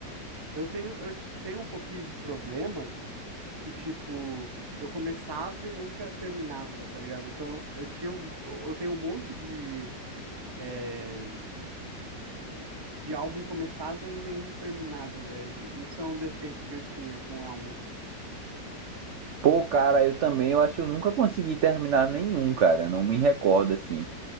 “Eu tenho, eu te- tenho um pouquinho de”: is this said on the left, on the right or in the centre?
Right